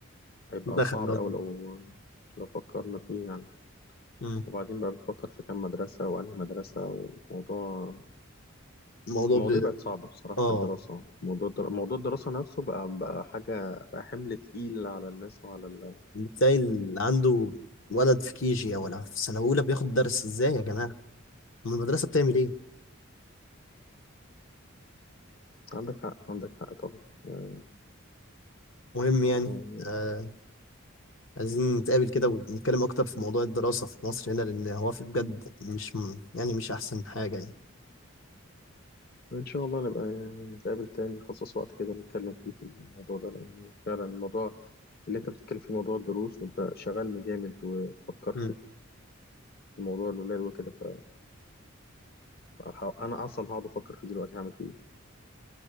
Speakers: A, on the left; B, on the left.
A: هيبقى
B: ده
A: صعب
B: خلاهم
A: أوي لو لو فكرنا فيه يعني
B: مم.
A: وبعدين بقى بتفكر في كام مدرسة وأنهي مدرسة وموضوع
B: الموضوع
A: المواضيع
B: ب...
A: بقت صعبة بصراحة
B: اه
A: في الدراسة موضوع الدرا... موضوع الدراسة نفسه بقى بقى حاجة بقى حمل تقيل على الناس وعلى ال...
B: بتلاقي اللي عنده ولد في كيجي ولا في سنه اولى بياخد درس ازاي يا جماعه أم المدرسة بتعمل إيه؟
A: عندك حق عندك حق طبعا آه،
B: مهم يعني
A: آه،
B: آه عايزين نتقابل كده ونتكلم أكتر في موضوع الدراسة في مصر هنا لأن هو في بجد مش م- يعني مش أحسن حاجة يعني
A: إن شاء الله نبقى نتقابل تاني نخصص وقت كده نتكلم فيه في الموضوع ده لأن فعلا الموضوع اللي أنت بتتكلم فيه موضوع الدروس وده شغلني جامد وفكرت
B: أمم.
A: في في موضوع الولاد وكده ف... فه- أنا أصلا هقعد أفكر فيه دلوقتي هعمل فيه إيه